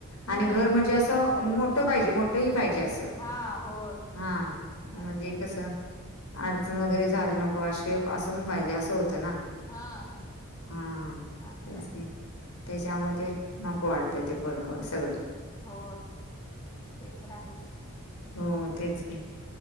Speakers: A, on the left (about 15°); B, on the left (about 85°).
A: मग
B: आणि घर
A: नंतर
B: म्हणजे
A: त्यांचं
B: असं
A: सगळं
B: मोठ पाहिजे मोठ ह पाहिजे असं.
A: हां होय
B: हा! म्हणजे
A: असं आहे.
B: कसं अडचण वगैरे झाली नको असे असं म्हण पाहिजे असं होतं ना!
A: हां
B: हा
A: असं
B: तेच
A: आहे.
B: त्याच्यामुळे ते नको वाटतेय ते प सगळं.
A: हो ते तर आहेच्!
B: हो तेच की